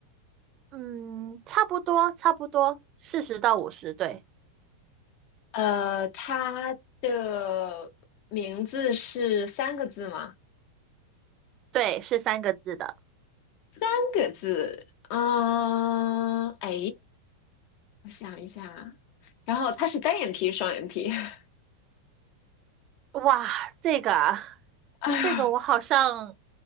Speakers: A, on the right; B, on the left.
A: 嗯，差不多差不多，四十到五十，对
B: 呃，他的名字是三个字吗？
A: 对，是三个字的。
B: 三个字，嗯、哎，我想一下啊，然后他是单眼皮、双眼皮，<laughs>
A: 哇，这个啊，
B: 啊，
A: 这个我好像